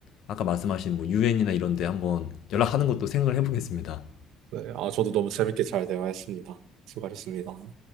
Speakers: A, on the left (about 60°); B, on the right (about 70°).
A: 아까 말씀하신 뭐 유엔이나 이런 데 한번 연락하는 것도 생각을 해보겠습니다.
B: 네, 아 저도 너무 재밌게 잘 대화했습니다. 수고하셨습니다.